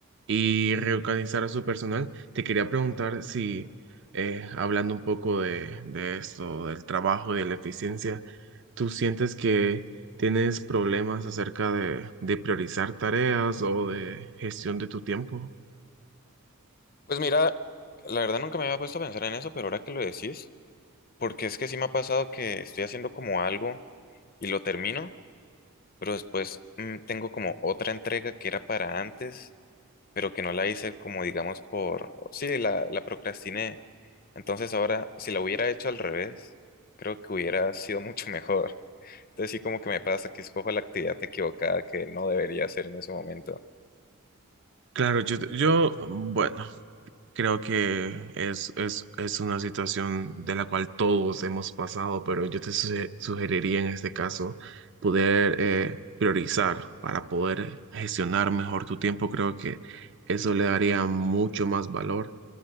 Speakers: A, on the right; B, on the left.
A: y reorganizar a su personal. Te quería preguntar si, eh, hablando un poco de, de esto, del trabajo y de la eficiencia, ¿tú sientes que... ¿Tienes problemas acerca de, de priorizar tareas o de gestión de tu tiempo?
B: Pues mira, la verdad nunca me había puesto a pensar en eso, pero ahora que lo decís, porque es que sí me ha pasado que estoy haciendo como algo y lo termino, pero después mm, tengo como otra entrega que era para antes pero que no la hice como digamos por, sí, la, la procrastiné. Entonces ahora, si la hubiera hecho al revés, creo que hubiera sido mucho <laughs> mejor. Entonces sí como que me pasa que escojo la actividad equivocada que no debería hacer en ese momento.
A: Claro, yo, yo, bueno, creo que es, es, es una situación de la cual todos hemos pasado, pero yo te suge- sugeriría en este caso poder eh, priorizar para poder gestionar mejor tu tiempo. Creo que eso le daría mucho más valor